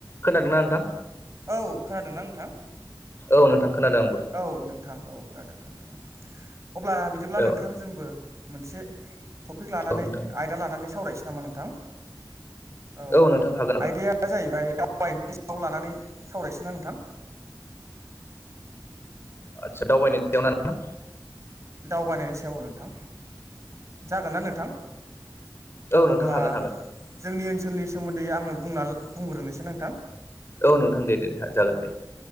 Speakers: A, on the left; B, on the right.
A: खोनादोंना नोंथां।
B: औ खोनादोंना नोंथां।
A: औ नोंथां। खोनादों आंबो
B: औ नोंथां औ खोनादों खोनादों अब्ला बिदिब्ला
A: औ
B: नोंथां जोंबो। मोनसे टपिक लानानै
A: नोंथां
B: आयदा लानानै सावरायनोसै नामा नोंथां? औ
A: नोंथां नोंथां हागोन हागोन
B: आइडाया जाहैबाय दाउ <unintelligible> सायाव लानानै सावरायनोसै ना नोंथां?
A: आदसा दावबायनायनि सायाव ना नोंथां?
B: दावबायनायनि सायाव ओं नोंथां जागोन ना नोंथां?
A: औ नोंथां
B: अब्ला
A: हागोन हागोन
B: जोंनि ओनसोलनि सोमोन्दै आंङो बुंना बुंग्रोनोसै नोंथां।
A: औ नोंथां दे दे दे जागोन दे।